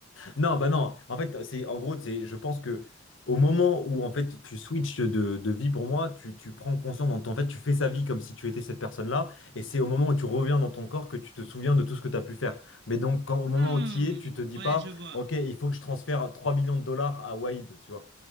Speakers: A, on the left; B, on the right.
A: Non, bah non. En fait, c'est en gros, c'est, je pense que au moment où en fait tu switches de, de vie pour moi, tu, tu prends conscience, en en fait, tu fais sa vie comme si tu étais cette personne-là, et c'est au moment où tu reviens dans ton corps que tu te souviens de tout ce que tu as pu faire. Mais donc, quand, au
B: Hmm,
A: moment où tu y es, tu te dis
B: ouais,
A: pas,
B: je vois.
A: ok, il faut que je transfère 3 millions de dollars à Wade, tu vois.